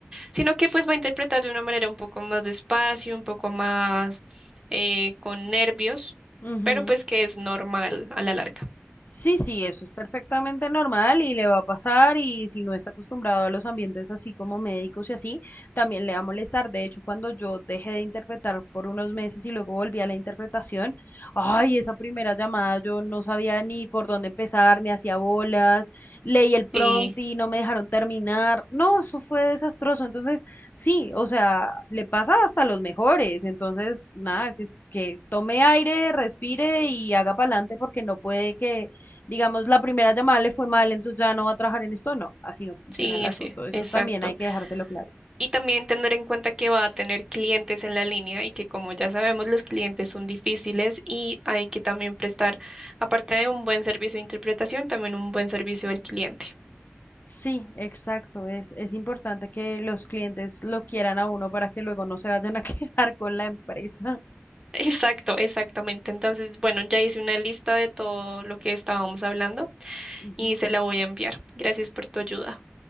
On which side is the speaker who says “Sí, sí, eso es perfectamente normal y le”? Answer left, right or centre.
Left